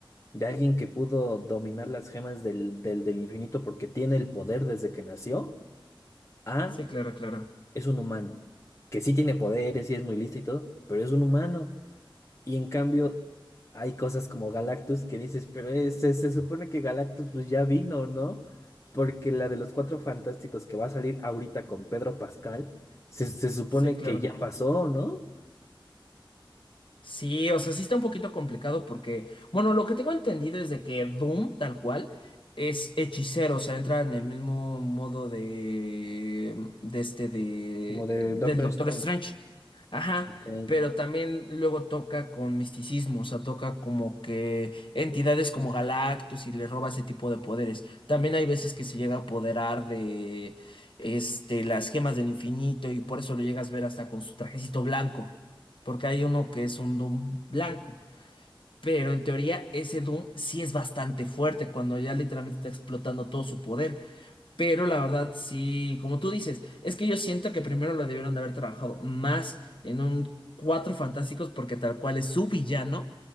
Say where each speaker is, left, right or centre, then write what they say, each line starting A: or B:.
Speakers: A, on the left; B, on the left.
A: de alguien que pudo dominar las gemas del, del, del infinito porque tiene el poder desde que nació, a
B: Sí, claro, claro.
A: es un humano, que sí tiene poderes y es muy listo y todo, pero es un humano. Y en cambio, hay cosas como Galactus que dices, pero eh, se, se supone que Galactus pues, ya vino, ¿no? Porque la de los Cuatro Fantásticos que va a salir ahorita con Pedro Pascal, se, se supone
B: Sí, claro.
A: que ya pasó, ¿no?
B: Sí, o sea, sí está un poquito complicado porque, bueno, lo que tengo entendido es de que Doom, tal cual, es hechicero, o sea, entra en el mismo modo de, de este, de,
A: Como de
B: del
A: Doctor
B: Doctor
A: Strange.
B: Strange. Ajá,
A: Ok.
B: pero también luego toca con misticismo, o sea, toca como que entidades como Galactus y le roba ese tipo de poderes. También hay veces que se llega a apoderar de, este, las gemas del infinito y por eso lo llegas a ver hasta con su trajecito blanco porque hay uno que es un Doom blanco. Pero en teoría ese Doom sí es bastante fuerte cuando ya literalmente está explotando todo su poder. Pero la verdad sí, como tú dices, es que yo siento que primero lo debieron de haber trabajado más en un Cuatro Fantásticos porque tal cual es su villano